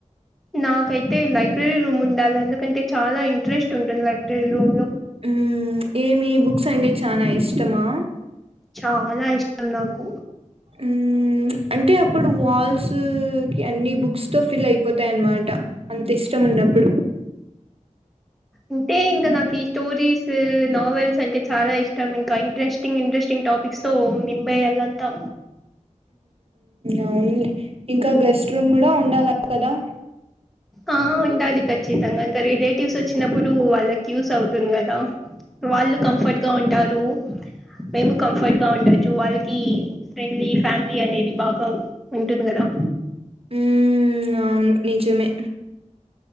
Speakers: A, in the centre; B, on the right (about 50°).
A: నాకైతే లైబ్రరీ రూమ్ ఉండాలి ఎందుకంటే చాలా ఇంట్రెస్ట్ ఉంటుంది లైబ్రరీ రూమ్లో
B: మ్ ఏమి బుక్స్ అంటే చాలా ఇష్టమా
A: చాలా ఇష్టం నాకు
B: మ్మ్ అంటే అప్పుడు వాల్సు కి అన్ని బుక్స్తో ఫిల్ అయిపో తయ్ అన్మాట అంత ఇష్టం ఉన్నప్పుడు
A: అంటే ఇంకా నాకి స్టోరీస్ నావెల్స్ అంటే చాలా ఇష్టం ఇంకా ఇంట్రెస్టింగ్ ఇంట్రెస్టింగ్ టాపిక్స్ తో నింబయ లంతా
B: అవును ఇంకా గెస్ట్ రూమ్ కూడ ఉండాల కదా
A: ఆ ఉండాలి ఖచ్చితంగా ఇంకా రిలేటివ్స్ వచ్చినప్పుడు వాళ్ళకి యూస్ అవుతుంది కదా వాళ్ళు కంఫర్ట్ గా ఉంటారు మేము కంఫర్ట్ గా ఉండొచ్చు వాళ్ళకి ఫ్రెండ్లీ ఫ్యామిలీ అనేది బాగ ఉంటుంది కదా
B: ఉమ్ అవును నిజమే